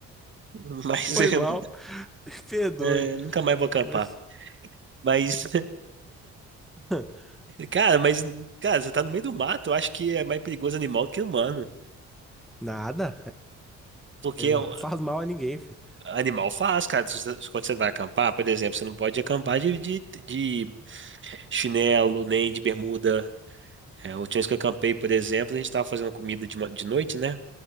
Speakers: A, on the right; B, in the centre.
A: <laughs> Mas
B: Foi mal,
A: eu,
B: <laughs> me perdoe.
A: é, nunca mais vou acampar.
B: Mas-
A: Mas
B: <laughs>
A: Cara, mas, cara, você tá no meio do mato, eu acho que é mais perigoso animal do que humano.
B: Nada.
A: Porque
B: Neymar
A: o
B: não <laughs> faz mal a ninguém, filho.
A: animal faz, cara. Se você- Quando você vai acampar, por exemplo, você não pode acampar de, de, de chinelo, nem de bermuda. É, a última vez que eu acampei, por exemplo, a gente tava fazendo comida de, ma- de noite, né?